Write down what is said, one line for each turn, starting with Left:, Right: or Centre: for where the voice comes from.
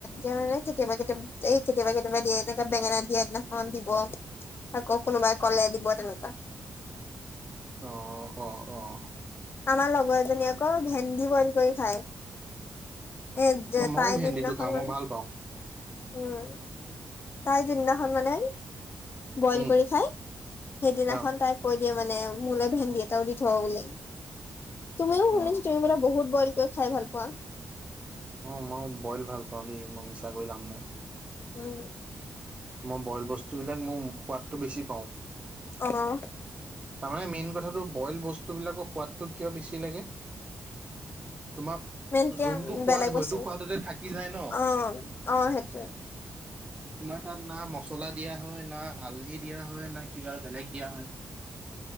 Left: যোনে কেতিয়াবা কেতিয়াবা এই কেতিয়াবা কেতিয়াবা দিয়ে, এই বেঙেনা দিয়া দিনাখন দিব। আকৌ কোনোবাই ক'লে দিব, তেনেকুৱা।
Right: অ', অ'। অ'।
Left: আমাৰ লগৰ এজনী আকৌ ভেন্দি বইল কৰি খায়। এই যে
Right: অ মইও
Left: তাই
Right: ভেন্দিটো
Left: যোন দিনাখন
Right: খাওঁ
Left: মানে,
Right: মই ভাল পাওঁ
Left: উম। তাই যোন দিনাখন মানে বইল
Right: উম
Left: কৰি খাই সেইদিনাখন
Right: অ
Left: তাই কৈ দিয়ে মানে মোলৈ ভেন্দি এটাও দি থ'ব বুলি। তুমিও শুনিছোঁ
Right: অ
Left: তুমি বোলে বহুত বইল কৰি খাই ভাল পোৱা।
Right: অ' মই বইল ভাল পাওঁ দেই, মই মিছা কৈ লাভ নাই।
Left: উম।
Right: মই বইল বস্তুবিলাক মোৰ সোৱাদটো বেছি পাওঁ।
Left: অ'।
Right: তাৰমানে মেইন কথাটো বইল বস্তুবিলাকৰ সোৱাদটো কিয় বেছি লাগে তোমাক
Left: মেনকে
Right: যোনটো সোৱাদ
Left: বেলেগ
Right: হয়তো
Left: বস্তু,
Right: সোৱাদতে থাকি যায় ন
Left: অ', অ' সেইটোৱে।
Right: তোমাৰ তাত না মছলা দিয়া হয়, না হালধি দিয়া হয়, না কিবা বেলেগ দিয়া হয়।